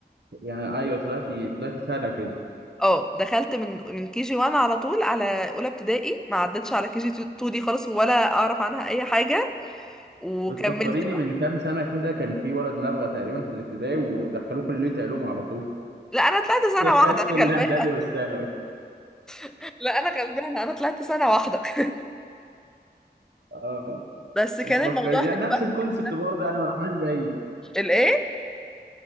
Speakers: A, on the right (about 80°); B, in the centre.
A: يعني ايوه طلعتي طلعتي سنه كده
B: اه دخلت من من كي جي 1 على طول على اولى ابتدائي ما عدتش على كي جي 2 دي خالص ولا اعرف عنها اي حاجة وكملت
A: بتفكريني
B: بقى
A: من كام سنه كده كان في ولد نابغه تقريبا في الابتدائي ودخلوه كليه علوم على طول <laughs>
B: لا انا طلعت
A: دخلش
B: سنة واحدة
A: الاعدادي
B: انا غلبانة
A: والثانوي
B: <laughs> لا انا غلبانة انا طلعت سنة واحدة <laughs>
A: اه
B: بس كان
A: بتفكري
B: الموضوع حلو
A: يعني نفس
B: بقى
A: الكونسبت
B: في كده
A: برضه يعني ما رحناش بعيد
B: الايه